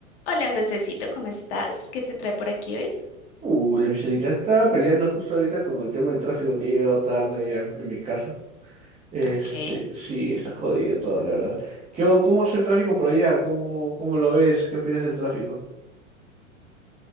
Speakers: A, on the left (about 50°); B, on the right (about 15°).
A: Hola, Josecito, ¿cómo estás? ¿Qué te trae por aquí hoy?
B: Uh, la Michelita estaba peleando justo ahorita con el tema del tráfico que he llegado tarde a- en mi casa. Este,
A: Ok.
B: sí, está jodido todo, la verdad. ¿Qué, o- cómo es el tráfico por allá? ¿Cómo, cómo lo ves? ¿Qué opinas del tráfico?